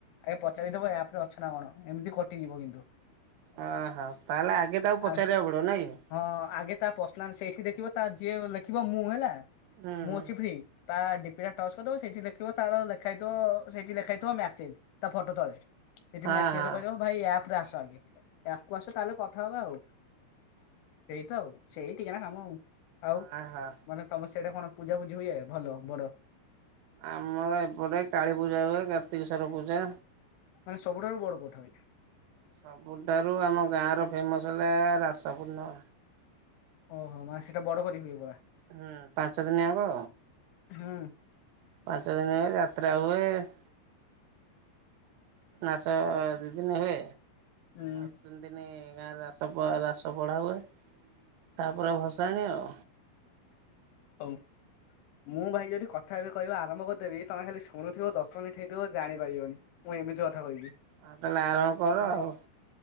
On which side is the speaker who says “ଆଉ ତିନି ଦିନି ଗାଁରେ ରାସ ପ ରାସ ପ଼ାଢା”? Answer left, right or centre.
Right